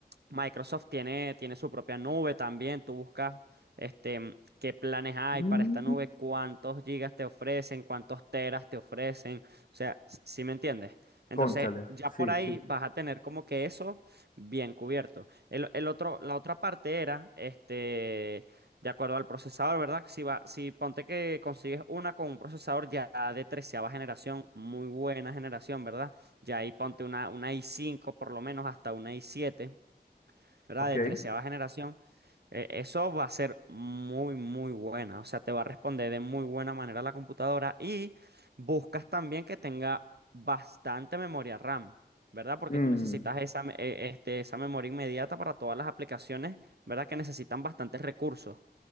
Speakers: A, on the right (about 75°); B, on the left (about 55°).
A: Microsoft tiene, tiene su propia nube también. Tú buscas este, mm, qué planes hay
B: Mm,
A: para esta nube, cuántos gigas te ofrecen, cuántos teras te ofrecen. O sea, si me entiendes? Entonces,
B: Cónchale,
A: ya
B: sí,
A: por ahí
B: sí,
A: vas a tener como que eso bien cubierto. El, el otro, la otra parte era, este de acuerdo al procesador, ¿verdad? Si va, si ponte que consigues una con un procesador ya de treceava generación, muy buena generación, ¿verdad? Ya ahí ponte una, una i5 por lo menos hasta una i7, ¿verdad?
B: ok.
A: De treceava generación. eh, eso va a ser muy, muy buena. O sea, te va a responder de muy buena manera la computadora y buscas también que tenga bastante memoria RAM, ¿verdad? Porque
B: Mm,
A: tú necesitas esa, me- eh, este, esa memoria inmediata para todas las aplicaciones, ¿verdad? Que necesitan bastantes recursos.